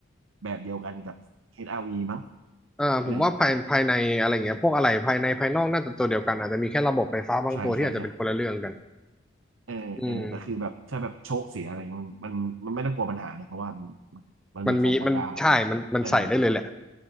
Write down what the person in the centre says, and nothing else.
อ่าผมว่าภายภายในอะไรเงี้ยพวกอะไรภายในภายนอกน่าจะตัวเดียวกันอาจจะมีแค่ระบบไฟฟ้าบางตัวที่อาจจะเป็นคนละเรื่องกัน
อืมมันมีมันใช่มันมันใส่ได้เลยแหละ